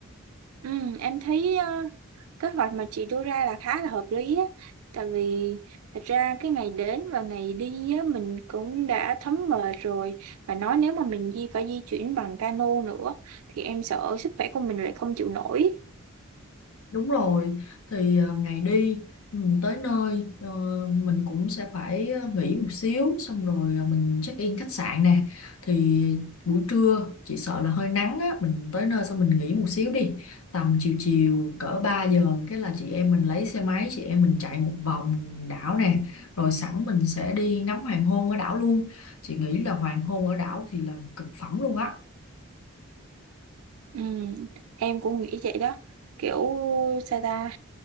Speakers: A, on the right; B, on the left.
A: Ừ em thấy ờ, kế hoạch mà chị đưa ra là khá là hợp lý á. Tại vì thật ra cái ngày đến và ngày đi á, mình cũng đã thấm mệt rồi và nói nếu mà mình di phải di chuyển bằng cano nữa thì em sợ sức khỏe của mình lại không chịu nổi.
B: Đúng rồi, thì ờ, ngày đi ừ, tới nơi ờ, mình cũng sẽ phải ờ, nghỉ một xíu xong rồi ờ, mình check in khách sạn nè. Thì buổi trưa chỉ sợ là hơi nắng á, mình tới nơi xong mình nghỉ một xíu đi. Tầm chiều chiều cỡ 3 giờ cái là chị em mình lấy xe máy, chị em mình chạy một vòng đảo nè, rồi sẵn mình sẽ đi ngắm hoàng hôn ở đảo luôn. Chị nghĩ là hoàng hôn ở đảo thì là cực phẩm luôn á.
A: Ừ, em cũng nghĩ vậy đó kiểu sao ta